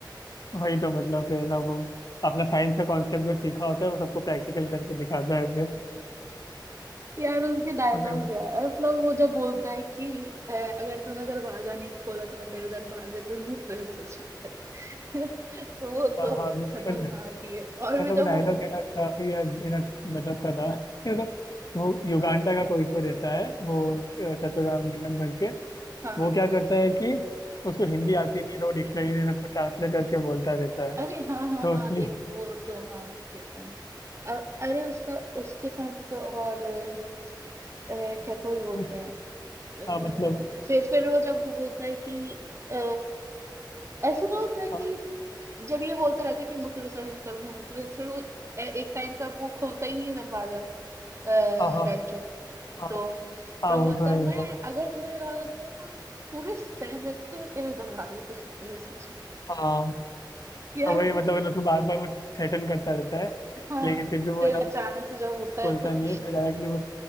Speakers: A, on the left; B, on the right.
A: वही तो मतलब फिर ना वो अपना साइंस का कॉन्सेप्ट जो सीखा होता है वो सबको प्रैक्टिकल करके दिखाता है फिर
B: यार उनके डायलॉग्स
A: तो फिर
B: यार मतलब वो जब बोलता है कि अ, अगर तूने दरवाजा नहीं खोला तो मैं तेरे दरवाजे पे मूत्र विसर्जन कर <laughs> तो वो तो
A: हाँ हाँ बिल्कुल
B: खतरनाक ही है और
A: मतलब
B: मैं जब
A: वो डायलॉग
B: वो बो-
A: है ना काफी है ना गजब का था कि मतलब वो युगांडा
B: हाँ
A: का कोई तो रहता है वो अ, चतुराम लिंगम करके
B: हाँ हाँ।
A: वो क्या करता है कि उसको हिंदी आती नहीं तो वो डिक्शनरी से सबको ट्रांसलेट करके बोलता रहता है
B: अरे हाँ
A: तो
B: हाँ हाँ
A: इसलिए
B: देख वो तो हाँ देखा है अ- अरे उसका उसके साथ तो और अ, क्या तो ही बोलते
A: तो
B: हैं अ,
A: हाँ मतलब
B: फिर फिर वो जब बोलता है कि अ, ऐसा ना होता है कि
A: हाँ
B: जब ये बोलते रहते कि मूत्र विसर्जन करूंगा मूत्र विसर्जन वो ए- एक टाइम तक वो खोलता ही नहीं है दरवाजा अ,
A: हाँ हाँ
B: रेंचो
A: हाँ
B: तो
A: हाँ,
B: फिर वो
A: वो
B: बोलता
A: तो है
B: है मैं
A: मतलब
B: अगर तूने दरवाजा नहीं खोला तो पूरे सेमेस्टर तेरे दरवाजे पे मूत्र विसर्जन कर-"
A: हाँ
B: <laughs> यार
A: तो वही
B: वो
A: मतलब मतलब उसको बार बार वो थ्रेटन करता रहता है
B: हाँ
A: लेकिन फिर भी वो
B: फिर
A: है ना
B: अचानक से जब होता
A: खोलता
B: है तो
A: नहीं है फिर डायरेक्टली वो